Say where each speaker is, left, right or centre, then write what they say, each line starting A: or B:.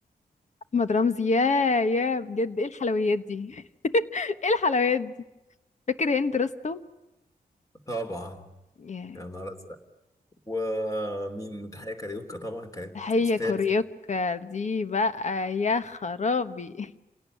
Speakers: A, on the left (about 50°); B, on the left (about 20°).
A: احمد رمزي يا يا بجد ايه الحلويات دي <laughs> ايه الحلويات دي فاكر هند رستم
B: طبعا
A: يا
B: يا نهار أزرق. ومين تحية كاريوكا طبعا كانت
A: هي
B: أستاذة
A: كوريوكا دي بقى يا خرابي